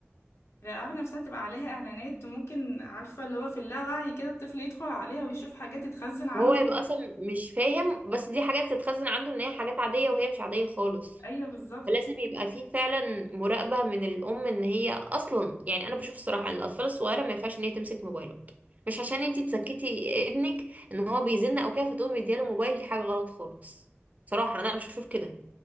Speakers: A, on the left (about 80°); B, on the right (about 35°).
A: الالعاب نفسها بتبقى عليها اعلانات وممكن عارفه اللي هو في اللاوعي كده الطفل يدخل عليها ويشوف حاجات تتخزن عنده
B: وهو يبقى اصلا مش فاهم بس دي حاجات تتخزن عنده ان هي حاجات عاديه وهي مش عاديه خالص
A: ايوه بالظبط
B: فلازم يبقى فيه فعلا مراقبه من الام ان هي اصلا يعني انا بشوف الصراحه ان الاطفال الصغيره ما ينفعش ان هي تمسك موبايلات مش عشان انتي تسكتي ابنك ان هو بيزن او كده فتقومي مدياله موبايل دي حاجه غلط خالص صراحه انا بشوف كده